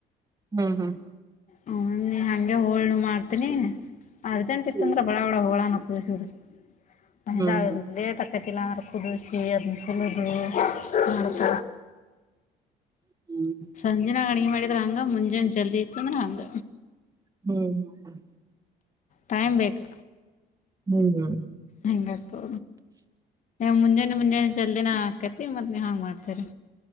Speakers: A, on the right; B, on the left.
A: ಹ್ಮ್ ಹ್ಮ್
B: ಹ್ಮೂ ಹಂಗೆ ಹೋಳ್ನು ಮಾಡ್ತೀನಿ ಅರ್ಜೆಂಟ್ ಇತ್ತಂದ್ರ
A: ಹ್ಮ್
B: ಬಳ ಹೋಳ ಏಸ್ ವಡಿ ಮಹಿಂದ
A: ಹ್ಮ್
B: ಲೆಟ್ ಕತಿಲ್ಲಂಗರ ಕುುದುಸಿ ಅದನ್ನ ಸಲುದು ನತ
A: ಹ್ಮ್ ಹ್ಮ್
B: ಸಂಜೆ ನಾ ಅಡುಗೆ ಮಾಡಿದ್ರ ಹಂಗ ಮುಂಜೆ ಜಲ್ದಿ ಇತ್ತು ಅಂದ್ರ ಹಂಗ.
A: ಬೇಮನ್ <unintelligible>
B: ಟೈಮ್ ಬೇಕು
A: ಹ್ಮ್
B: ಹೆಂಗಾತು ಮುಂಜಾನೆ ಮುಂಜಾನೆ ಜಲ್ದಿನ ಹಾಕ ತಿಂಗ್ ಮದುವೆ ಹಂಗ್ ಮಾಡ್ತಾರೆ.